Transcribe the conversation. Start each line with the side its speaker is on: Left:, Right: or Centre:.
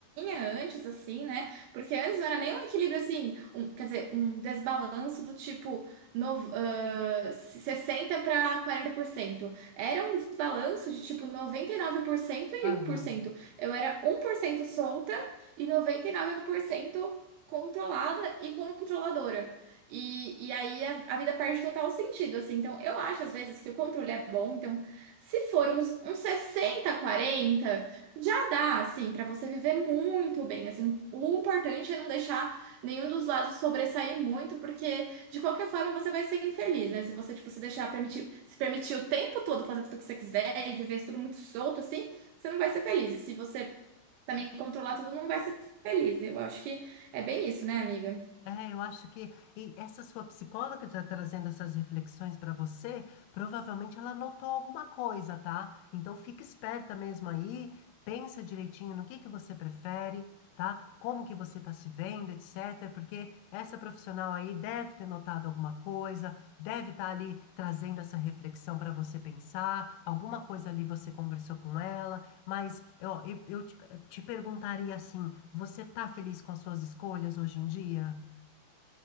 Right: antes, assim, né? Porque antes não era nem um equilíbrio assim, um- quer dizer, um desbalanço do tipo nov- ah, 60 para quarenta por cento Era um desbalanço de tipo noventa e nove por por cento e
Left: Aham.
Right: um por cento Eu era um por cento solta e 99% controlada e controladora. E, e aí a, a vida perde total sentido, assim. Então, eu acho às vezes que o controle é bom, então se for uns, uns 60, 40, já dá, assim, pra você viver muito bem, assim. O importante é não deixar nenhum dos lados sobressair muito, porque de qualquer forma você vai ser infeliz, né? Se você, tipo, se deixar permitir, se permitir o tempo todo fazer tudo que você quiser e viver tudo muito solto, assim, você não vai ser feliz. E se você também controlar tudo, não vai ser feliz. Eu acho que é bem isso, né, amiga?
Left: É, eu acho que e essa sua psicóloga que está trazendo essas reflexões para você, provavelmente ela notou alguma coisa, tá? Então fica esperta mesmo aí, pensa direitinho no que que você prefere, tá? Como que você está se vendo, etc. Porque essa profissional aí deve ter notado alguma coisa, deve estar ali trazendo essa reflexão para você pensar, alguma coisa ali você conversou com ela, mas ó, eu, eu te, te perguntaria assim, você tá feliz com as suas escolhas hoje em dia?